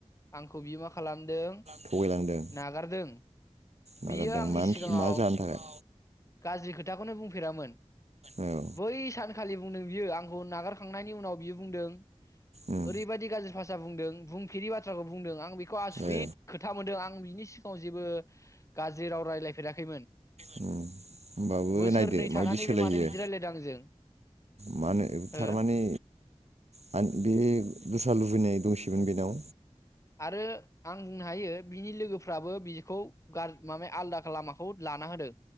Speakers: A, on the left; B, on the right.
A: आंखौ बियो मा खालामदों
B: थगायलांदों
A: नागारदों।
B: नागारदों
A: बियो आंनि
B: मानो
A: सिगांङाव
B: मा जानो थाखाय
A: गाज्रि खोथाखौनो बुंफेरामोन।
B: औ
A: बै सान खालि बुंदों बियो आंखौ नागारखांनायनि उनाव बियो बुंदों
B: उम
A: ओरैबायादि गाज्रि फास जा बुंदों बुंफेरि बाथ्राखौ बुंदों आं बे आसुरिद
B: ए
A: खोथा मोनदों आं बिनि सिग आव जेबो गाज्रि राव रायलायफेराखैमोन।
B: अम होमबाबो
A: बोसोरनै
B: नायदो
A: थानानै
B: माबायदि सोलायहैयो
A: बे मानो बिदि रायलायदों आंजों
B: मा होनो
A: हो
B: थारमाने मान बे दस्रा लुबैनाय दंस <unintelligible> बिनाव
A: आरो आं बुंनो हायो बिनि लोगो फाबो बिखौ गार माने आलादा लामाखौ लाना होदों।